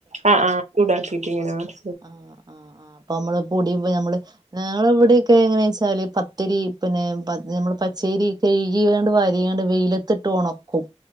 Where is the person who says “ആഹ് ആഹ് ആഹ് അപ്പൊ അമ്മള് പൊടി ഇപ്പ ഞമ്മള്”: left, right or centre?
Right